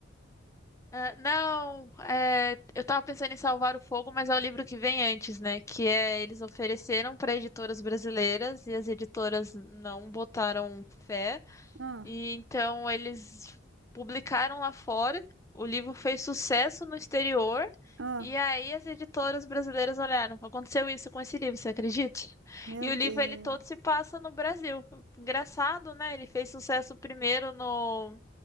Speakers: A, on the left; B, on the right.
A: Ah, não, é, eu tava pensando em Salvar o Fogo, mas é o livro que vem antes, né? Que é eles ofereceram para editoras brasileiras e as editoras não botaram fé.
B: Ah,
A: E então eles publicaram lá fora. O livro fez sucesso no exterior.
B: ah,
A: E aí as editoras brasileiras olharam, aconteceu isso com esse livro, você acredita?
B: meu
A: E o
B: Deus.
A: livro ele todo se passa no Brasil. Engraçado, né? Ele fez sucesso primeiro no,